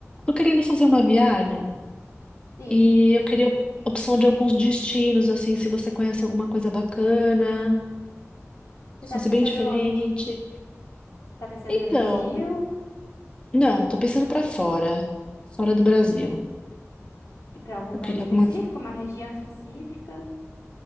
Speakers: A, on the left (about 20°); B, on the left (about 70°).
A: Tô querendo fazer uma viagem
B: Sim.
A: e eu queria opção de alguns destinos, assim, se você conhece alguma coisa bacana,
B: Você
A: se
B: tá
A: fosse
B: pensando
A: bem diferente.
B: onde? Tá pensando
A: Então,
B: no Brasil?
A: não, tô pensando pra fora, fora do Brasil.
B: E para algum lugar
A: Eu queria
B: específico,
A: alguma.
B: uma região específica?